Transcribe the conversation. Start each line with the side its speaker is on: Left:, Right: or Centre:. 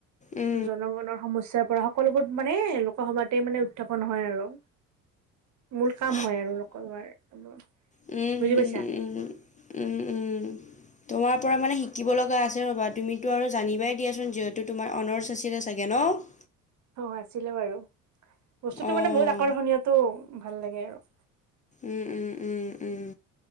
Left: উম
Right: জনগণৰ সমস্যা পৰা হওঁক সকলোবোৰ মানে লোকসভাতে মানে উত্থাপন হয় আৰু। মূল কাম
Left: উম
Right: হয়, আৰু লোকসভাৰ বুজি
Left: উম,
Right: পাইছা।
Left: উম, উম, উম, উম। তোমাৰ পৰা মানে শিকিব লগা আছে ৰ'বা, তুমিতো আৰু জানিবাই দিয়াচোন যিহেতু তোমাৰ অনাৰ্চ আছিলে ছাগে। গে ন'।
Right: অ', আছিলে বাৰু, বস্তুটো
Left: অঁ
Right: মানে বহুত আকৰ্ষণীয়টো, ভাল লাগে আৰু।
Left: উম, উম, উম, উম,